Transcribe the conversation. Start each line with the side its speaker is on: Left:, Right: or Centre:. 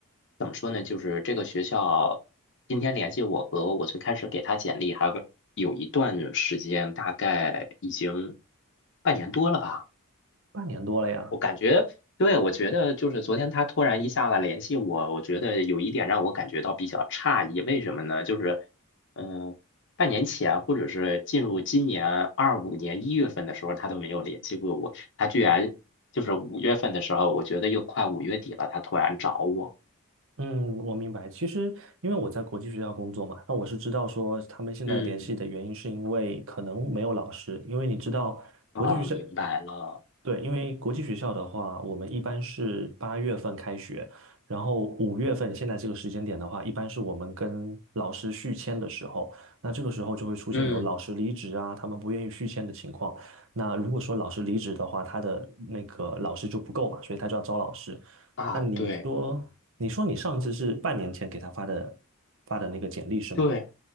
Left: 怎么说呢，就是这个学校今天联系我和我最开始给他简历还有个有一段时间，大概已经半年多了吧。
Right: 半年多了呀。
Left: 我感觉，对，我觉得就是昨天他突然一下子联系我，我觉得有一点让我感觉到比较诧异，为什么呢？就是，嗯、半年前或者是进入今年二五年一月份的时候，他都没有联系过我，他居然就是五月份的时候，我觉得又快五月底了，他突然找我，
Right: 嗯，我明白。其实，因为我在国际学校工作嘛，那我是知道说他们现在联系的原因是因为可能没有老师，
Left: 嗯，
Right: 因为你知道国际学校，
Left: 啊，明白了，
Right: 对，因为国际学校的话，我们一般是八月份开学，然后五月份现在这个时间点的话，一般是我们跟老师续签的时候，那这个时候就会出现有老师离职啊，
Left: 嗯，
Right: 他们不愿意续签的情况。那如果说老师离职的话，他的那个老师就不够嘛，所以他就要招老师。
Left: 啊，
Right: 那你说，
Left: 对
Right: 你说你上次是半年前给他发的发的那个简历是吗？
Left: 对